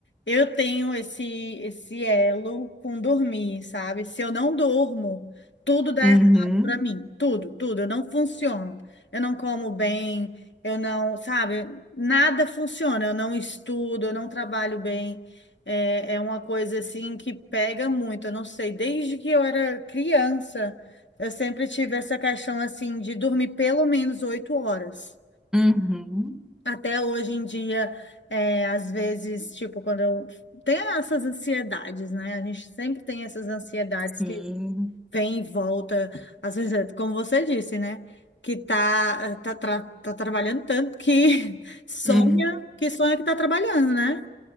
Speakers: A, on the left; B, in the centre.
A: eu tenho esse esse elo com dormir, sabe? Se eu não durmo, tudo dá
B: Uhum,
A: errado para mim, tudo, tudo, eu não funciono. Eu não como bem, eu não, sabe? Nada funciona, eu não estudo, eu não trabalho bem. É, é uma coisa assim que pega muito. Eu não sei, desde que eu era criança, eu sempre tive essa questão assim de dormir pelo menos oito horas.
B: uhum,
A: Até hoje em dia, é, às vezes, tipo, quando eu tenho essas ansiedades, né? A gente sempre tem essas ansiedades
B: sim.
A: que vem e volta, às vezes, é como você disse, né? Que tá, tá, tra- tá trabalhando tanto que <laughs> sonha,
B: Uhum,
A: que sonha que tá trabalhando, né?